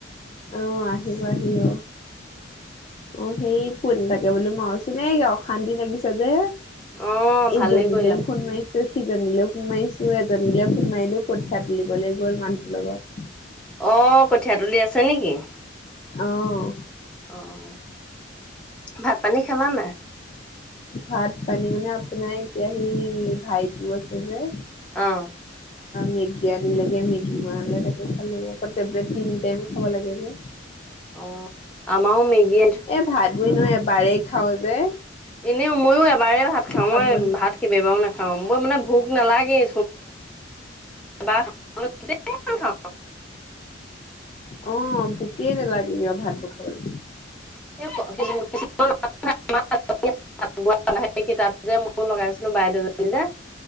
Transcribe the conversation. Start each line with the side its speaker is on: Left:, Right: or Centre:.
Left: আহ' আহিব আহিব। অ, ' সেই ফোন এটাকে মাৰো চোন ন' এই অশান্তি লাগিছে যে।
Centre: অ', ভালেই
Left: এইজনিলেও
Centre: কৰিলা
Left: ফোন মাৰি সিজনীলৈ ফোন মাৰিছো। এজনীও ফোন মাৰিলো, কঠীয়া তুলিবলৈ গ'ল মানুহটোৰ লগত।
Centre: অ', কঠীয়া তুলি আছে নেকি?
Left: আহ,
Centre: অ' ভাত-পানী খালা নে?
Left: ভাত-পানী মানে, আপোনাৰ এতিয়া সেই ভাইটিও আছে যে।
Centre: অ',
Left: মেগী আন লেগে মেগী মৰাে তাকে খালো আকৌ টেলে তিনি টাই খাব লাগে যে।
Centre: অ' আমাও মেগি
Left: এ, ভাত বনাই এবাৰেই খাও যে।
Centre: এনেও মইও এবাৰে ভাত খাওঁ।
Left: খাবলৈ
Centre: অ' ভাত কেইবা বাৰও নাখাও মানে ভোক নালাগে। খাওঁ।
Left: অ' ভোকেই নেলাগে ভাতবোৰ খাবলৈ।
Centre: কিুমান <unintelligible> সেইক যে মোৰ লগাইছে বাইদেউ যে,